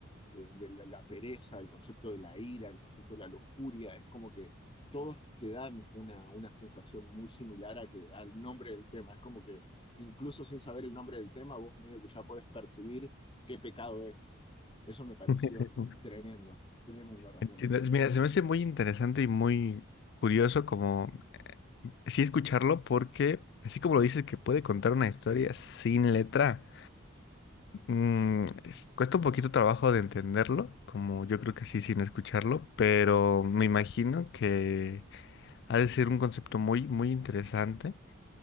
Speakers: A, on the left; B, on the left.
A: de, de la, la pereza, el concepto de la ira, el concepto de la lujuria, es como que todos te dan una, una sensación muy similar a que, al nombre del tema. Es como que incluso sin saber el nombre del tema, vos medio que ya podés percibir qué pecado es. Eso me pareció
B: <laughs>
A: tremendo, tremendo realmente.
B: Entiendo. Mira, se me hace muy interesante y muy curioso como sí escucharlo porque, así como lo dices, que puede contar una historia sin letra. Mm, es- cuesta un poquito trabajo de entenderlo, como yo creo que así sin escucharlo, pero me imagino que ha de ser un concepto muy, muy interesante